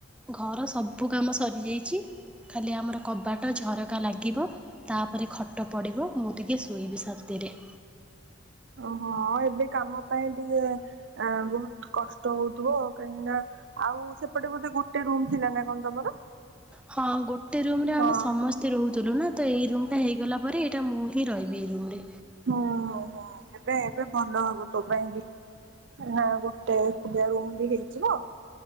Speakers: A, in the centre; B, on the right.
A: ଘର ସବୁ କାମ ସରିଯାଇଛି ଖାଲି ଆମର କବାଟ ଝରକା ଲାଗିବ। ତାପରେ ଖଟ ପଡ଼ିବ ମୁଁ ଟିକେ ଶୋଇବି ଶାନ୍ତିରେ!
B: ଓହୋ ଏବେ କାମ ପାଇଁ ଟିକେ ଆ ବହୁତ କଷ୍ଟ ହଉଥିବ ଆଉ କାହିଁକି ନା ଆଉ ସେପଟେ ବୋଧେ ଗୋଟେ ରୁମ ଥିଲା ନା କଣ ତମର?
A: ହଁ ଗୋଟେ ରୁମରେ ଆମେ
B: ହଁ
A: ସମ ସ୍ତେ ରହୁଥିଲୁ ନା ତ ଏଇ ରୁମ୍ଟା ହେଇଗଲା ପରେ ଏଇଟା ମୁଁ ହିଁ ରହିବି ଏଇ ରୁମ୍ ରେ।
B: ହୁଁ ହୁଁ ଏବେ ଏବେ ଭଲ ହବ ତୋ ପାଇଁ ବି। ହଁ ଗୋଟେ ଏକୁଟିଆ ରୁମ୍ ବି ହେଇଯିବ।